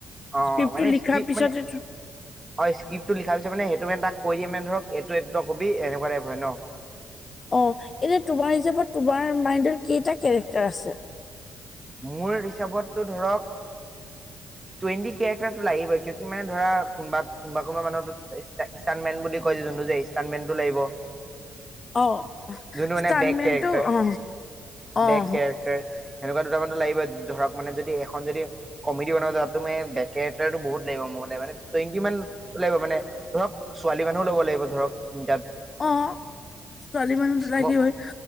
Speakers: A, on the right (about 20°); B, on the left (about 40°).
A: অ
B: স্কাপ্টটো
A: মানে
B: লিখাৰ
A: স্ক্ৰিপ্ট
B: পিছত
A: মানে
B: <unintelligible>
A: অ স্কিপ্টটো লিখাৰ পিছত মানে সেইটো মানে তাক কৈ দিয়ে মানে ধৰক এইটো এইট কবি এনেকুৱা টাইপ হয় ন?
B: অ এতিয়া তোমাৰ হিচাপত তোমাৰ মাইণ্ডৰ কেইটা কেৰেক্টাৰ আছে।
A: মোৰ হিচাপতটো ধৰক টুৱেণ্টি কেৰেক্টাৰটো লাগিবই কিয় কি মানে ধৰা কোনবাত কোনবা কোনবা মানুহক <unintelligible> ইষ্টানমেট বুলি কয় যে যোনটো যে ইষ্টানমেনটো লাগিব।
B: অহ
A: যোনটো মানে
B: স্তানমেনটো
A: বেক কেৰেক্টাৰ
B: অ,
A: বেক
B: অহ।
A: কেৰেক্টাৰ সেনেকুৱা দুটামানটো লাগিবই ধৰক মানে যদি এখন যদি কমেডি বনাব যাও তাতো মানে বেকেটাটুৰ বহুত লাগে মোৰ মানে টুৱেনটি মান লাগিব মানে ধৰক ছোৱালী মানুহও ল'ব লাগিব ধৰক গাত
B: অহ ছোৱালী মানুহ টু লাগিবই
A: ম